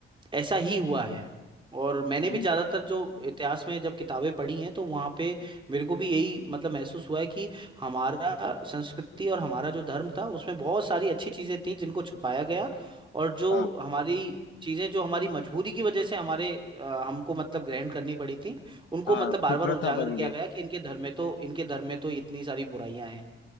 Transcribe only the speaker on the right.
ऐसा ही हुआ है
और मैंने
भी ज़्यादातर जो इतिहास में जब किताबें पढ़ी हैं तो वहाँ पे
मेरे को भी यही मतलब महसूस हुआ है कि हमारा संस्कृति और हमारा जो धर्म था उसमें बहुत सारी अच्छी चीज़ें थी जिनको छुपाया गया और जो
हमारी चीज़ें जो हमारी मजबूरी की वजह से हमारे अ, हमको मतलब ग्रहण करनी पड़ी थी उनको
मतलब बार
बार उजागर
किया
गया कि इनके धर्म में तो इनके धर्म में तो इतनी सारी बुराइयां हैं